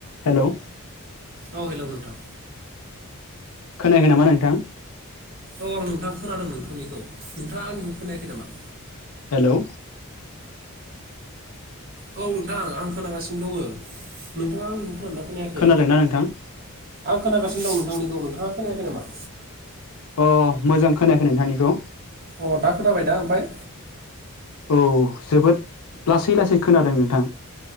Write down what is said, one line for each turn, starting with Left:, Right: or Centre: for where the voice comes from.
Left: हेल'।
Right: औ हेलौ नोंथां।
Left: खोनायाखै नामा नोंथां।
Right: औ आं नोंथां खोनादों नोंथांनिखौ, नोंथाङा आंनिखौ खोनायाखै नामा?
Left: हेल'।
Right: औ नोंथां आं खोनागासिनो दङ नोंथाङा आंनिखौ खोनादोंना? खोनायाखै
Left: खोनादोंना नोंथां।
Right: आं खोनागासिनो दं नोंथांनिखौ नोंथाङा खोनायाखै नामा।
Left: अ मोजां खोनायाखै नोंथांनिखौ।
Right: अ दा खोनाबायना ओमफाय।
Left: औ जोबोद लासै-लासै खोनादों नोंथां।